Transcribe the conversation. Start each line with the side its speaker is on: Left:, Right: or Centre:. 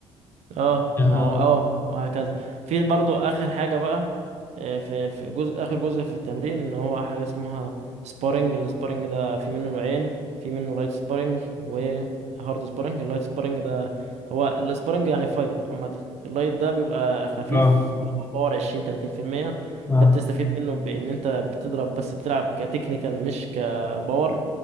Right: اه
Left: اه
Right: ما هو اه وهكذا في برضو اخر حاجه بقى آه، في في جزء اخر جزء في التمرين ان هو حاجه اسمها سبارنج السبارنج ده في منه نوعين في منه لايت سبارنج وهارد سبارنج اللايت سبارنج ده هو السبارنج يعني فايت عامه اللايت ده بيبقى خفيف
Left: اه
Right: باور 20 30%
Left: اه
Right: ده بتستفيد منه بان انت بتضرب بس بتلعب كتكنيكال مش كباور